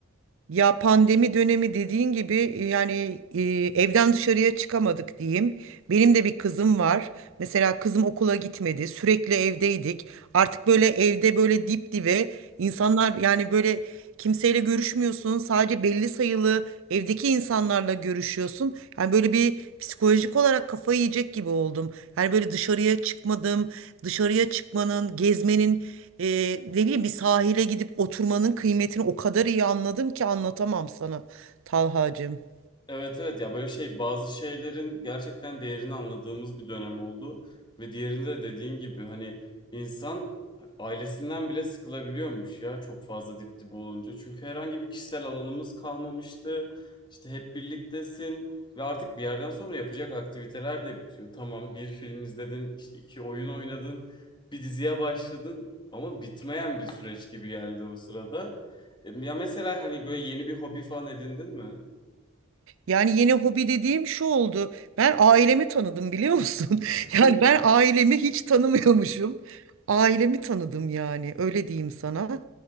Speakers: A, on the right; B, on the left.
A: Ya pandemi dönemi dediğin gibi e, yani e, evden dışarıya çıkamadık diyeyim. Benim de bir kızım var. Mesela kızım okula gitmedi, sürekli evdeydik. Artık böyle evde böyle dip dibe insanlar yani böyle kimseyle görüşmüyorsun. Sadece belli sayılı evdeki insanlarla görüşüyorsun. Yani böyle bir psikolojik olarak kafayı yiyecek gibi oldum. Yani böyle dışarıya çıkmadım. Dışarıya çıkmanın, gezmenin, e, ne bileyim bir sahile gidip oturmanın kıymetini o kadar iyi anladım ki anlatamam sana Talhacığım.
B: Evet evet ya böyle şey bazı şeylerin gerçekten değerini anladığımız bir dönem oldu ve diğerinde de dediğin gibi hani insan ailesinden bile sıkılabiliyormuş ya çok fazla dip dibe olunca. Çünkü herhangi bir kişisel alanımız kalmamıştı. İşte hep birliktesin ve artık bir yerden sonra yapacak aktiviteler de bitiyor. Tamam bir film izledin, işte iki oyun oynadın, bir diziye başladın ama bitmeyen bir süreç gibi geldi o sırada. E, Ya mesela hani böyle yeni bir hobi falan edindin mi?
A: Yani yeni hobi dediğim şu oldu. Ben ailemi tanıdım biliyor musun? <laughs> Yani
B: <laughs>
A: ben ailemi hiç tanımıyormuşum. Ailemi tanıdım yani öyle diyeyim sana.